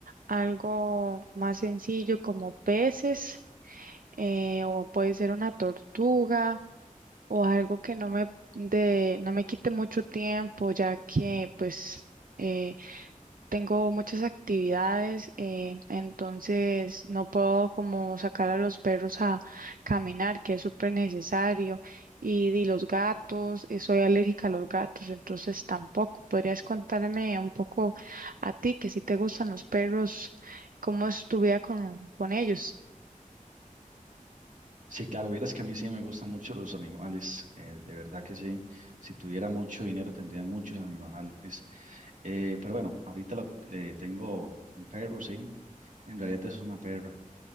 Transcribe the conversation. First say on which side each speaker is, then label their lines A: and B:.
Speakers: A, on the right; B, on the right.
A: algo más sencillo como peces eh, o puede ser una tortuga o algo que no me, de, no me quite mucho tiempo ya que pues... eh, tengo muchas actividades, eh, entonces no puedo como sacar a los perros a caminar, que es súper necesario, y, di los gatos, eh, soy alérgica a los gatos, entonces tampoco. ¿Podrías contarme un poco a ti, que si te gustan los perros, cómo es tu vida con, con ellos?
B: Sí, claro, vieras que a mí sí me gustan mucho los animales. eh, de verdad que sí. Si tuviera mucho dinero tendría muchos animales. Eh, pero bueno, ahorita lo- le tengo un perro, sí. En realidad es una perra.